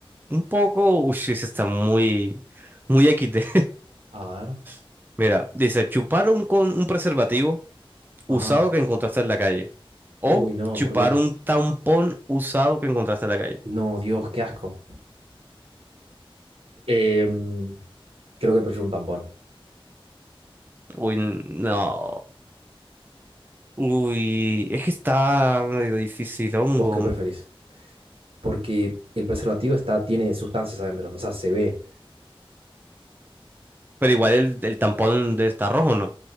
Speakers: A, on the right (about 20°); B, on the right (about 75°).
A: un poco. Uy, sí, sí está muy. Muy XD.
B: A ver.
A: <laughs> Mira, dice: chupar un, con un preservativo
B: Ajá.
A: usado que encontraste en la calle. O
B: Uy, no,
A: chupar
B: por Dios.
A: un tampón usado que encontraste en la calle.
B: No, Dios, qué asco. Em, creo que prefiero un tampón.
A: Uy, n- no. Uy, es que está medio difícil, hongo.
B: ¿Vos qué preferís? Porque el preservativo está, tiene sustancias adentro. O sea, se ve.
A: Pero igual el, el tampón de está rojo, ¿no?